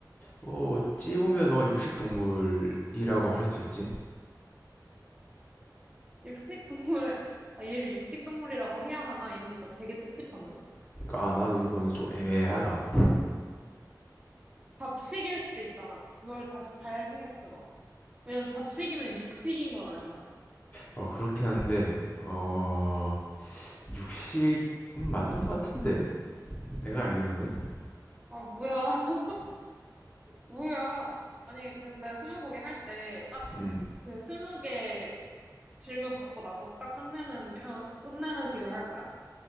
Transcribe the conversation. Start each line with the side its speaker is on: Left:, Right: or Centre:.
Left: 어, 어찌 보면 어, 육식동물이라고 할 수 있지.
Right: 육식동물, <laughs> 아, 얘를 육식동물이라고 해야 하나? 이러니까 되게 찝찝한데?
Left: 그러니까 아, 나도 이거는 좀 애매하다.
Right: 잡식일 수도 있잖아. 그걸 다시 잘 생각해봐. 왜냐면 잡식이면 육식인 건 아니잖아.
Left: 어, 그렇긴 한데 어, 육식 은 맞는 것 같은데 내가 알기로는.
Right: 아, 뭐야. <laughs> 뭐야. 아니, 근데 스무고개 할 때 딱
Left: 음.
Right: 그 스무 개 질문 받고 나서 딱 끝내는 편, 끝내는 식으로 할 거야?